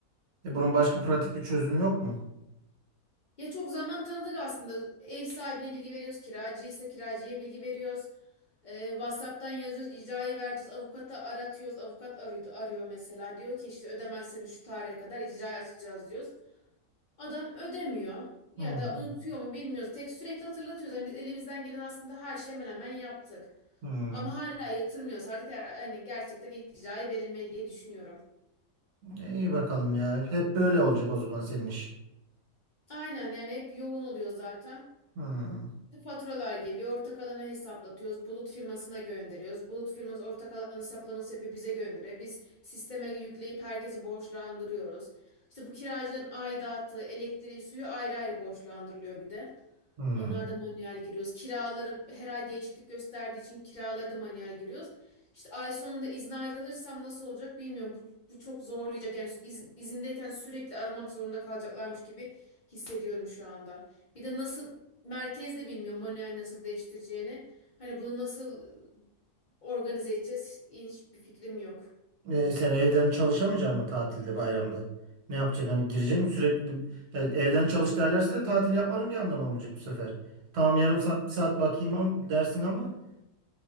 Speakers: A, on the right; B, on the left.
A: E bunun başka pratik bir çözümü yok mu?
B: Ya çok zaman tanıdık aslında. Ev sahibine bilgi veriyoruz, kiracıysa kiracıya bilgi veriyoruz. Ee, WhatsApp'tan yazıyoruz, icrayı vereceğiz, avukata aratıyoruz. Avukat arıyor, arıyor mesela. Diyor ki işte ödemezseniz şu tarihe kadar icra açacağız diyoruz. Adam ödemiyor ya
A: Hmm.
B: da unutuyor mu bilmiyoruz. Tek sürekli hatırlatıyoruz. Yani biz elimizden gelen aslında her şeyi hemen hemen yaptık.
A: Hmm.
B: Ama hala yatırmıyoruz. Artık yani gerçekten icrayı verilmeli diye düşünüyorum.
A: E, iyi bakalım ya. Hep böyle olacak o zaman senin iş.
B: Aynen yani hep yoğun oluyor zaten.
A: Hmm.
B: Faturalar geliyor, ortak alanı hesaplatıyoruz, bulut firmasına gönderiyoruz. Bulut firması ortak alanı hesaplaması yapıyor, bize gönderiyor. Biz sisteme yükleyip herkesi borçlandırıyoruz. İşte bu kiracıların aidatı, elektriği, suyu ayrı ayrı borçlandırılıyor bir de.
A: Hmm.
B: Onlarda manuel giriyoruz. Kiraları her ay değişiklik gösterdiği için kiralarda manuel giriyoruz. İşte ay sonunda izne ayrılırsam nasıl olacak bilmiyorum. Bu, bu çok zorlayacak. Yani iz- izindeyken sürekli aramak zorunda kalacaklarmış gibi hissediyorum şu anda. Bir de nasıl merkezde bilmiyorum manuel nasıl değiştireceğini. Hani bunu nasıl e, organize edeceğiz? Hiçbir fikrim yok.
A: E, sen evden çalışamayacaksın mı tatilde bayramda? Ne yapacaksın? Hani girecek mi sürekli bir... Ya evden çalış derlerse de tatil yapmanın bir anlamı olmayacak bu sefer. Tamam yarım saat bir saat bakayım am- dersin ama